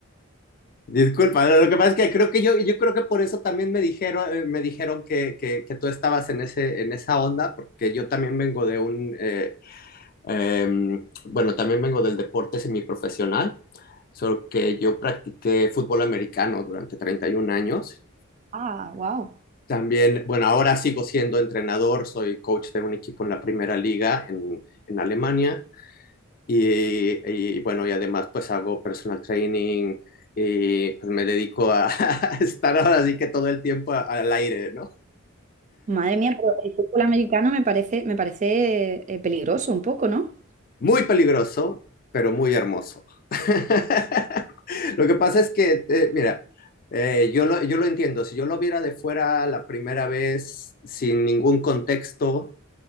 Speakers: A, on the left; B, on the right.
A: disculpa, lo que pasa es que creo que yo, yo creo que por eso también me dijeron, eh, me dijeron que, que, que tú estabas en ese, en esa onda, porque yo también vengo de un, eh, em, bueno, también vengo del deporte semiprofesional. solo que yo practiqué fútbol americano durante 31 años.
B: Ah, wow.
A: También, bueno, ahora sigo siendo entrenador, soy coach de un equipo en la primera liga en, en Alemania y, y bueno, y además pues hago personal training y pues me dedico a, <laughs> a estar ahora así que todo el tiempo al aire, ¿no?
B: Madre mía, pero el fútbol americano me parece, me parece eh, peligroso un poco, ¿no?
A: Muy peligroso, pero muy hermoso. <laughs> Lo que pasa es que, eh, mira, eh, yo lo, yo lo entiendo. Si yo lo viera de fuera la primera vez sin ningún contexto,